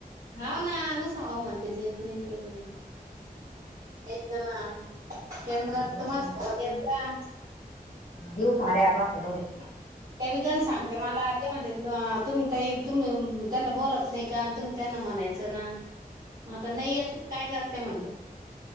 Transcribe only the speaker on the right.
हाव ना नुसता हखव म्हणते नि येत नाही नी काही नाही यायच ना. केंद्रात
तु मास आलं की येत जा
तेणीजन सांगते मला ते म्हणते तुमी ताई तुम्ही त्यांना बोलत नाही का? तुम्ही त्यांना म्हणायचं ना
मग आता नाही येत काय करत्या म्हणलं.